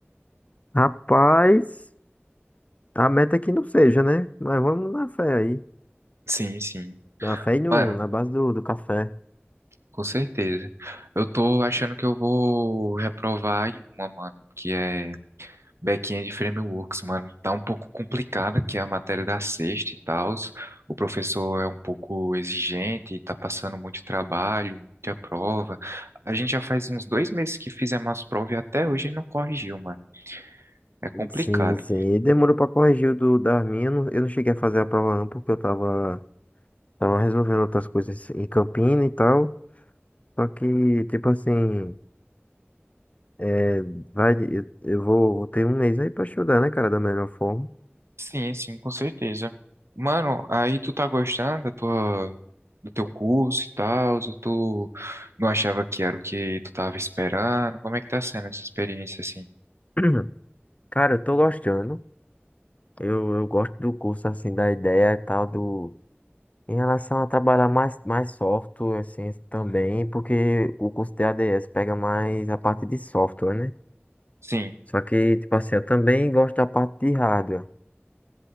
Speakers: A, on the left; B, on the right.
A: Rapaz, a meta é que não seja, né? Mas vamos na fé aí.
B: Sim, sim.
A: Na fé e no,
B: Mano,
A: na base do, do café.
B: Com certeza. Eu tô achando que eu vou reprovar em uma, mano, que é Back-end Frameworks, mano. Tá um pouco complicada, que é a matéria da sexta e tal. O professor é um pouco exigente, tá passando muito trabalho, muita prova. A gente já faz uns dois meses que fizemos as provas e até hoje ele não corrigiu, mano. É complicado.
A: Sim, sim. E demorou pra corrigir o do, da minha. Eu não, eu não cheguei a fazer a prova não, porque eu tava, tava resolvendo outras coisas em Campina e tal. Só que, tipo assim, é, vai, eu, eu vou, vou ter um mês aí pra estudar, né, cara, da melhor forma.
B: Sim, sim, com certeza. Mano, aí tu tá gostando da tua, do teu curso e tal, ou tu não achava que era o que tu tava esperando? Como é que tá sendo essa experiência assim?
A: <clears throat> Cara, eu tô gostando. Eu, eu gosto do curso, assim, da ideia e tal, do... Em relação a trabalhar mais, mais software, assim, também, porque o curso de ADS pega mais a parte de software, né?
B: Sim,
A: Só que, tipo assim, eu também gosto da parte de hardware.